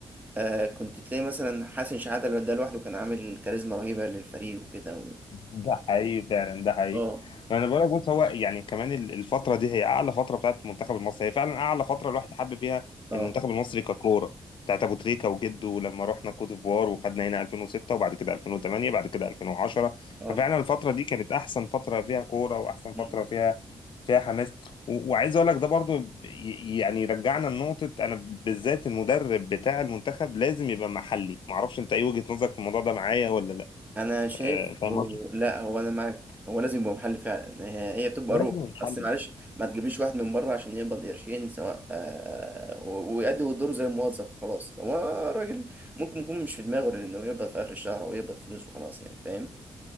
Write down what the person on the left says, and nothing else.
ده حقيقي فعلا ده حقيقي
ما انا بقول لك بص هو يعني كمان ال- الفتره دي هي اعلى فتره بتاعت المنتخب المصري هي فعلا اعلى فتره الواحد حب فيها
المنتخب المصري ككوره بتاعت ابو تريكه وجده ولما رحنا كوت ديفوار وخدنا هنا 2006 وبعد كده 2008 بعد كده 2010
ففعلا الفتره دي كانت احسن فتره فيها كوره واحسن
فتره فيها فيها حماس و- وعايز اقول لك ده برضو ي- يعني رجعنا لنقطه انا بالذات المدرب بتاع المنتخب لازم يبقى محلي معرفش انت ايه وجهه نظرك في الموضوع ده معايا ولا لا
آه، فاهم
لازم
الحل